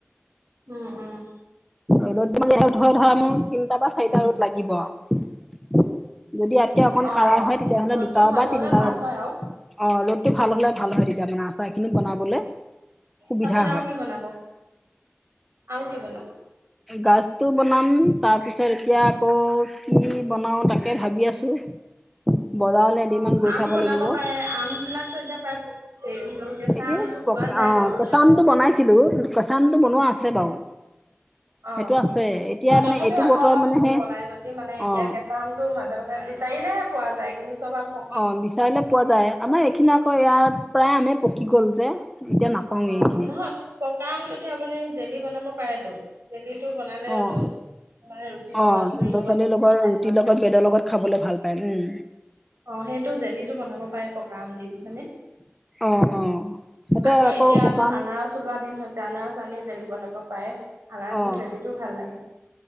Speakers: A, on the right; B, in the centre.
A: উম' উম'
B: ৰ'দত দিলে ধৰা ধৰা মোৰ তিনটা বা চাৰিটা ৰ'দ লাগিব আৰু। যদি ইয়াতকে অকন
A: অ
B: কাৰা হয়, তেতিয়াহ'লে
A: ৰ'দটো
B: দুটা
A: ভাল
B: বা
A: হলে
B: তিনটা
A: ভাল
B: ৰ'দে।
A: হয় আৰু
B: অঁ ৰ'দটো ভাল হ'লে ভাল হয় তেতিয়া মানে আচাৰখিনি বনাবলে। সুবিধা
A: তাপাছত আৰু
B: হয়।
A: কি বনাব? আৰু কি বনাব?
B: গাজটো বনাম, তাৰপিছত এতিয়া আকৌ- কি বনাওঁ তাকে ভাবি আছোঁ। বজাৰলে এদিনমান
A: অ
B: গৈ
A: আম
B: চাব
A: বনাব
B: লাগিব।
A: পাৰে আম বিলাকতো এতিয়া <unintelligible>
B: এতিয়া
A: আমটো
B: পকা
A: পোৱা যায় বাৰু
B: অঁ কেঁচা
A: তথাপিও
B: আমটো বনাইছিলো, কেঁচা আমটো বনোৱা আছে বাৰু।
A: অঁ
B: সেইটো আছে এতিয়া
A: অঁ তথাপিও
B: মানে এইটো
A: আকৌ
B: বতৰত
A: অলপ
B: মানে সেই
A: বনাই যদি মানে এতিয়া
B: অ'
A: কেঁচা আম- টো মাজে মাজে বিচাৰিলেহে পোৱা যায়, কিন্তু চব আম পক-
B: অঁ বিচাৰিলে পোৱা যায়, আমাৰ এইখিনি আকৌ ইয়াত প্ৰায় আমে পকি গ'ল যে। এতিয়া নাপাওঁৱেই
A: অ'
B: এইখিনিত
A: নহয় পকা আমটো দি আপুনি জেলি বনাব পাৰেতো জেলিটো বনালে
B: অ'।
A: লৈ কিছুমানে ৰুটিৰ
B: অ'
A: লগত পুৰি
B: ল'ৰা
A: লগত
B: ছোৱালীৰ
A: খাই
B: ৰুটিৰ
A: ভাল
B: লগত
A: পায়
B: ব্ৰেডৰ লগত খাবলৈ ভাল পায় উম
A: অ' সেইটো জেলিটো বনাব পাৰে পকা আম দি দি হয়নে
B: অ' অ' সেইটো
A: আকৌ এতিয়া
B: পকা
A: আম আনাৰস ওলোৱা দিন হৈছে আনাৰসৰ আনি জেলি বনাব পাৰে আনাৰসৰ
B: অ'।
A: জেলিটোও ভাল লাগে